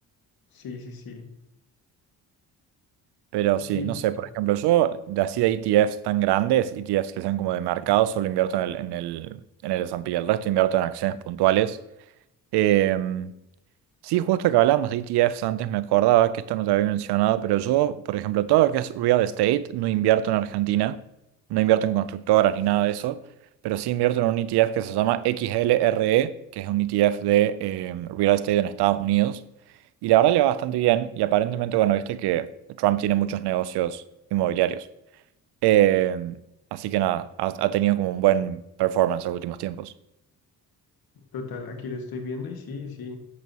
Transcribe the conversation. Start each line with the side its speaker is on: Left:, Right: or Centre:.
Left: Sí, sí, sí.
Right: Pero sí,
Left: Sí,
Right: no
Left: total.
Right: sé, por ejemplo, yo de así de ETFs tan grandes, ETFs que sean como de mercado, solo invierto en el, en el, en el S&P, el resto invierto en acciones puntuales. Eh, Sí, justo que hablábamos de ETFs antes, me acordaba que esto no te había mencionado, pero yo, por ejemplo, todo lo que es real estate, no invierto en Argentina, no invierto en constructoras ni nada de eso, pero sí invierto en un ETF que se llama XLRE, que es un ETF de eh, real estate en Estados Unidos, y la verdad le va bastante bien, y aparentemente, bueno, viste que Trump tiene muchos negocios inmobiliarios, Em, así que nada, ha, ha tenido como un buen performance en los últimos tiempos.
Left: Total, aquí lo estoy viendo y sí, sí.